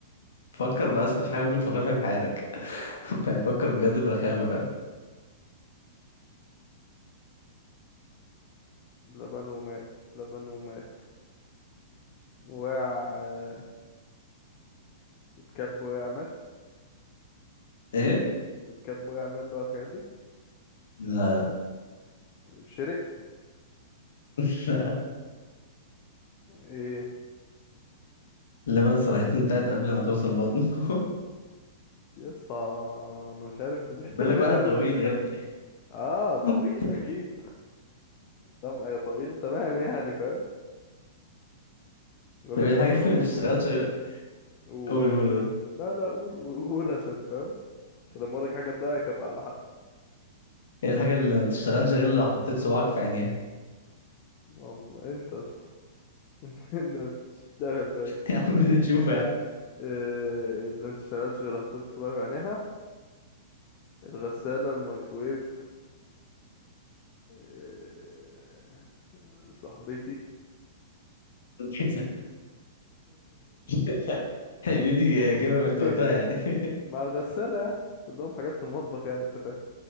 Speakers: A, on the left; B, on the left.
A: فكر بأسخف حاجة ممكن تفكر فيها في حياتك <laughs> فكر بجد برخامة فاهم
B: لبن ومات لبن ومات وقع آه، اتكب وقع مات
A: ايه
B: اتكب وقع مات بقى الحاجات دي
A: لا
B: شرق
A: <laughs> لا
B: ايه
A: اللبن صراحة انتهت قبل ما توصل بطنه <laughs>
B: يا اسطى انا انا مش عارف انت <laughs>
A: بيقول لك
B: مش
A: واحد
B: عارف
A: طويل
B: انت بتتكلم
A: يا ابني
B: ايه اه طويل
A: <laughs>
B: اكيد تمام ايه طويل تمام يعني فاهم يقول
A: طب
B: لك
A: ايه
B: اصل
A: الحاجة اللي
B: هم
A: ما بتشتغلش
B: النص
A: غير
B: قول
A: قول قول قول
B: لا لا قول قول قول عشان فاهم عشان لما اقول لك حاجه تضايقك ابقى على حق
A: ايه الحاجة اللي ما بتشتغلش غير لو حطيت صباعك في عينيها
B: والله انت يا اسطى <laughs> انت بتشتغل باين
A: <laughs> يا عم اللي تشوفه يا عم
B: إيه اللي ما اشتغلش غير حطيت الصباع في عينيها الغساله الميكرويف إيه صاحبتي
A: <laughs> <laughs> يعني دي إجابة
B: <laughs>
A: أنت قلتها يعني <laughs>
B: مع الغسالة يعني كلهم حاجات في المطبخ يعني انت فاهم